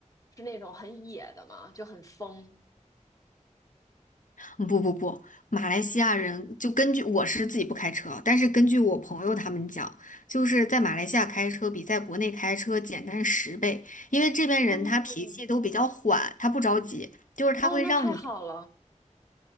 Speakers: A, on the left; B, on the left.
A: 是那种很野的吗？就很疯。
B: 嗯不不不，马来西亚人就根据我是自己不开车，但是根据我朋友他们讲，就是在马来西亚开车比在国内开车简单十倍，因为这边人他脾气都比较缓，
A: 哦，
B: 他不着急，就是他会让你
A: 哦，那太好了，